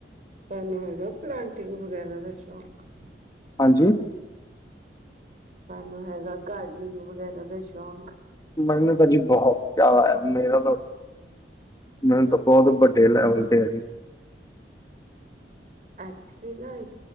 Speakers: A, on the right; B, on the left.
A: ਤੁਹਾਨੂੰ ਹੈਗਾ ਪਲਾਂਟਿੰਗ ਵਗੈਰਾ ਦਾ ਸ਼ੌਂਕ?
B: ਹਾਂਜੀ।
A: ਸਾਨੂੰ ਹੈਗਾ ਗਾਰਡਨਿੰਗ ਵਗੈਰਾ ਦਾ ਸ਼ੌਕ।
B: ਮੈਨੂੰ ਤਾਂ ਜੀ ਬਹੋਤ ਚਾਹ ਏ, ਮੇਰਾ ਤਾਂ, ਮੈਨੂੰ ਤਾਂ ਬਹੋਤ ਵੱਡੇ ਲੈਵਲ ਯੀਅਰਲੀ।
A: ਐਕਚੁਲੀ ਨਾ ਏਕ,